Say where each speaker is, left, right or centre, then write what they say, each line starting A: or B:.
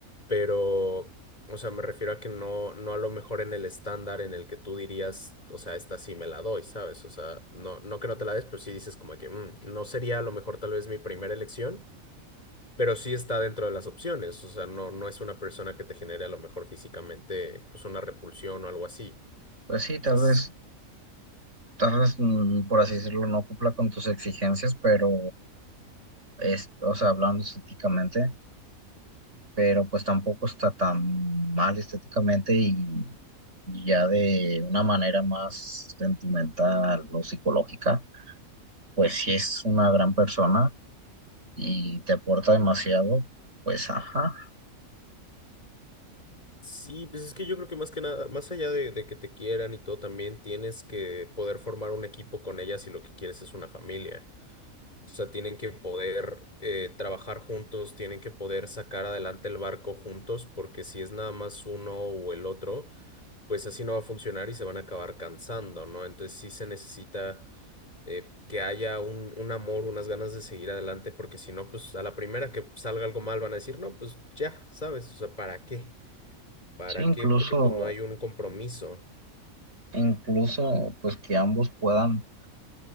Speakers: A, on the left (about 30°); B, on the right (about 55°).
A: pero, o sea, me refiero a que no, no a lo mejor en el estándar en el que tú dirías, o sea, esta sí me la doy, ¿sabes? O sea, no, no que no te la des, pero sí dices como que "Mm, no sería a lo mejor tal vez mi primera elección, pero sí está dentro de las opciones, o sea, no, no es una persona que te genere a lo mejor físicamente, pues una repulsión o algo así.
B: Pues sí, tal
A: O sea, s-
B: vez, tal vez, mm, por así decirlo, no cumpla con tus exigencias, pero, es, o sea, hablando estéticamente, pero pues tampoco está tan mal estéticamente y, y ya de una manera más sentimental o psicológica, pues si es una gran persona y te aporta demasiado, pues ajá.
A: Sí, pues es que yo creo que más que nada, más allá de, de que te quieran y todo, también tienes que poder formar un equipo con ellas si lo que quieres es una familia. O sea, tienen que poder eh, trabajar juntos, tienen que poder sacar adelante el barco juntos, porque si es nada más uno o el otro, pues así no va a funcionar y se van a acabar cansando, ¿no? Entonces sí se necesita eh, que haya un, un amor, unas ganas de seguir adelante, porque si no, pues a la primera que salga algo mal van a decir, no, pues ya, ¿sabes? O sea, ¿para qué? ¿Para
B: Sí, incluso,
A: qué? Porque pues no hay un compromiso.
B: incluso, pues que ambos puedan